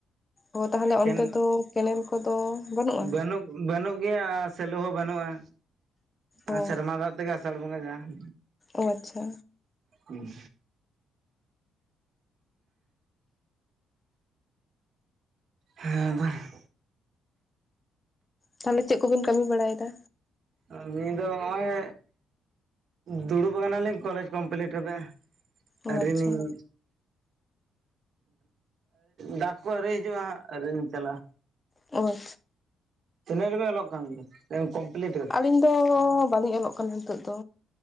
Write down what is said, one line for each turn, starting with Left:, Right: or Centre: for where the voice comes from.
Left: ᱚ ᱛᱟᱦᱚᱞᱮ
Right: ᱠᱮᱱ
Left: ᱚᱱᱛᱮ ᱫᱚ ᱠᱮᱱᱮᱞ ᱠᱚᱫᱚ ᱵᱟᱹᱱᱩᱜᱼᱟ?
Right: ᱵᱟᱹᱱᱩᱜ ᱵᱟᱹᱱᱩᱜ ᱜᱮᱭᱟ ᱟᱨ ᱥᱮᱞᱚ ᱦᱚᱸ ᱵᱟᱹᱱᱩᱜᱼᱟ
Left: ᱚ
Right: ᱮᱸ ᱥᱮᱨᱢᱟ ᱫᱟᱜ ᱛᱮᱜᱮ ᱟᱥᱟᱲ ᱵᱚᱸᱜᱟ ᱡᱟᱦᱟᱸ
Left: ᱟᱪᱪᱷᱟ᱾
Right: ᱦᱩᱸ᱾ ᱦᱮᱸ ᱟᱫᱚ
Left: ᱛᱟᱦᱚᱞᱮ ᱪᱮᱫ ᱠᱚᱵᱤᱱ ᱠᱟᱹᱢᱤ ᱵᱟᱲᱟᱭᱫᱟ?
Right: ᱠᱟᱢᱤ ᱫᱚ ᱦᱚᱸᱜᱼᱚᱭ ᱫᱩᱲᱩᱵ ᱠᱟᱱᱟᱞᱤᱧ ᱠᱚᱞᱮᱡᱽ ᱠᱚᱢᱯᱞᱤᱴ ᱠᱟᱛᱮ
Left: ᱚ
Right: ᱟᱹᱣᱨᱤᱞᱤᱧ
Left: ᱟᱪᱪᱷᱟ
Right: ᱰᱟᱠᱽ ᱠᱚ ᱟᱹᱣᱨᱤ ᱦᱤᱡᱩᱜᱼᱟ ᱦᱟᱸᱜ ᱟᱹᱣᱨᱤᱞᱤᱧ ᱪᱟᱞᱟᱜᱼᱟ᱾
Left: ᱚ᱾
Right: ᱛᱤᱱᱟᱹᱜ ᱨᱮᱵᱤᱱ ᱚᱞᱚᱜ ᱠᱟᱱ ᱜᱮᱭᱟ? ᱥᱮ ᱠᱚᱢᱯᱞᱤᱴ? ᱠᱟᱫᱟ
Left: ᱟᱹᱞᱤᱧ ᱫᱚ ᱵᱟᱞᱤᱧ ᱚᱞᱚᱜ ᱠᱟᱱᱟ ᱱᱤᱛᱚᱜ ᱫᱚ᱾